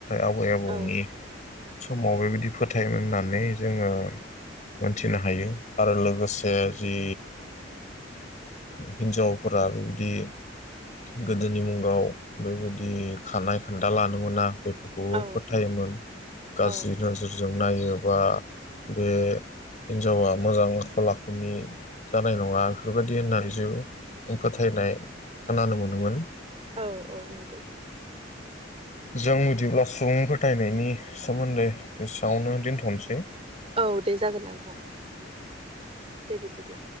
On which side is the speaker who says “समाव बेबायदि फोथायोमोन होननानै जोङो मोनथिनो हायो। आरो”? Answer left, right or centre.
Left